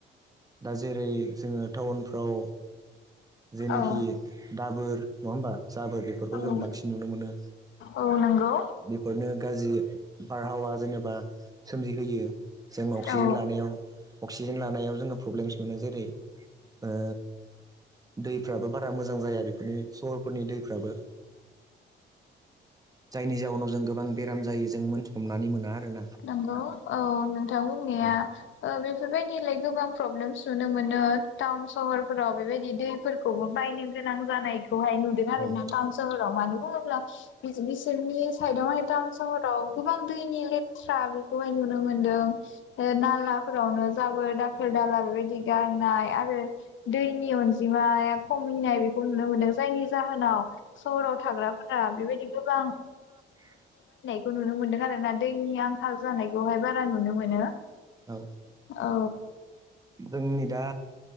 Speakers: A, on the right; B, on the left.
A: दा जेरै जोङो टाउनफ्राव जेनोखि
B: औ
A: दाबोर, नङा होमबा? जाबोर बेफोरखौ
B: औ
A: जों बांसिन नुनो मोनो।
B: औ नंगौ
A: बेफोरनो गाज्रि बारहावा जेनेबा सोमजि होयो जों अक्सिजेन
B: औ
A: लानायाव अक्सिजेन लानायाव जोङो प्रब्लेमस मोनो। जेरै ओ दैफ्राबो बारा मोजां जाया बेफोरनि सहरफोरनि दैफ्राबो। जायनि जाउनाव जों गोबां बेराम जायो जों मोनथ हमनानै मोना आरो ना
B: नंगौ औ नोंथां बुंनाया
A: औ
B: ओ बेफोर बायदिलाय गोबां प्रब्लेमस नुनो मोनो टाउन सहरफोराव बेबायदि दैफोरखौबो बायनो गोनां जानाय खौहाय नुदों आरो
A: औ
B: ना टाउन सोहराव मानो बुङोब्ला बिसोरनि सेरनि साइदावहाय टाउन सहराव गोबां दैनि लेथ्रा बेखौहाय नुनो मोनदो। दों ओ नालाफ्रावनो जाबोर दाखोर दाला बेबायदि गारनाय आरो दै नि अनजिमाया खमिनाय बेखौ नुनो मोनदों जायनि जाहोनाव सहराव थाग्राफोरा बेब बायदि गोबां
A: <unintelligible>
B: खौ नुनो मोनदों आरो ना दैनि आंखाल जानायखौहाय बारा नुनो मोनो।
A: औ
B: औ
A: जोंनि दा